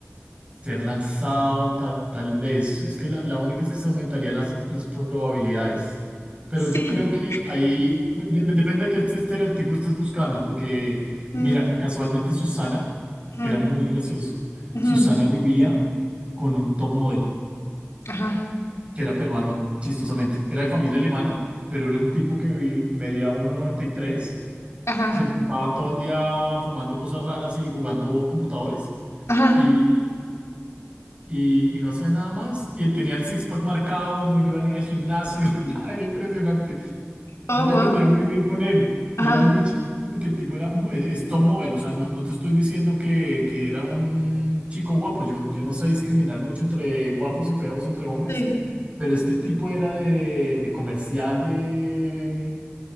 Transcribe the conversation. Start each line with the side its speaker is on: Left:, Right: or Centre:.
Right: ser lanzado tal, tal vez. Es que la, la única es que se aumentaría las, las probabilidades. Pero
Left: Sí.
Right: yo creo que ahí de- de- depende de qué este estereotipo estés buscando, porque
Left: Mm,
Right: mira, casualmente Susana
Left: mm,
Right: era muy gracioso.
Left: mm.
Right: Susana vivía con un top model,
Left: Ajá,
Right: que era peruano, chistosamente. Era de familia alemana, pero era un tipo que vi- medía uno noventa y tres
Left: ajá,
Right: Se le pasaba todo el día fumando cosas raras y jugando computadores.
Left: ajá.
Right: Y, y, y no hacía nada más. Y tenía el six-pack marcado, no iba ni al gimnasio, <laughs> nada, era impresionante.
Left: Oh,
Right: Yo me
Left: wow.
Right: entendía muy bien con él
Left: Ajá,
Right: y era muy chistoso porque el tipo era mu- e- es top model, o sea, no, no te estoy diciendo que, que era un chico guapo, yo, yo no sé discriminar mucho entre guapos y feos, entre hombres,
Left: sí.
Right: pero este tipo era de, de comercial de...